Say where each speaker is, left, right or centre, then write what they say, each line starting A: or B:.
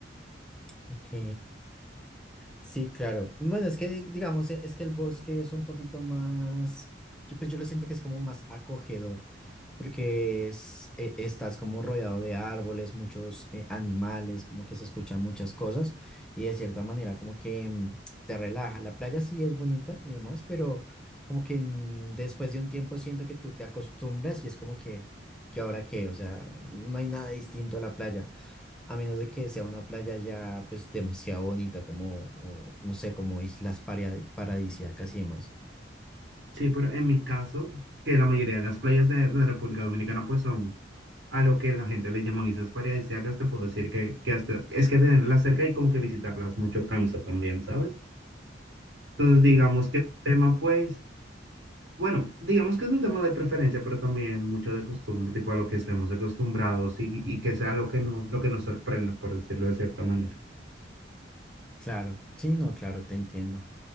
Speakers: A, in the centre; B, on the right.
A: Ok. Sí, claro. Bueno, es que di- digamos, eh, es que el bosque es un poquito más, yo, pues yo lo siento que es como más acogedor, porque es, eh, estás como rodeado de árboles, muchos eh, animales, como que se escuchan muchas cosas y de cierta manera como que mm, te relaja. La playa sí es bonita y demás, pero como que mm, después de un tiempo siento que tú te acostumbras y es como que, ¿que ahora qué? O sea, no hay nada distinto a la playa. A menos de que sea una playa ya pues demasiado bonita como, o, no sé, como islas paria- paradisíacas y demás.
B: Sí, pero en mi caso, que la mayoría de las playas de, de República Dominicana pues son a lo que la gente le llaman islas paradisíacas, te puedo decir que, que hasta es que tenerlas cerca y como que visitarlas mucho cansa también, ¿sabes? Entonces
A: Mm.
B: digamos que es un tema pues, bueno, digamos que es un tema de preferencia, pero también mucho de costumbre, tipo a lo que estemos acostumbrados y, y que sea lo que no, lo que nos sorprenda, por decirlo de cierta manera.
A: Claro, sí, no, claro, te entiendo.